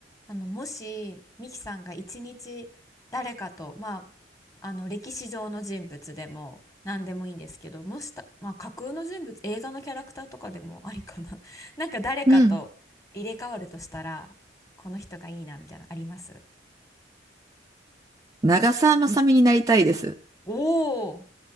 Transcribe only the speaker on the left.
あの、もし、ミキさんが一日誰かと、まあ、あの、歴史上の人物でも何でもいいんですけど、もした、まあ、架空の人物、映画のキャラクターとかでもありかな。<laughs> なんか誰かと入れ替わるとしたら、
この人がいいな、みたいなのあります
おおー、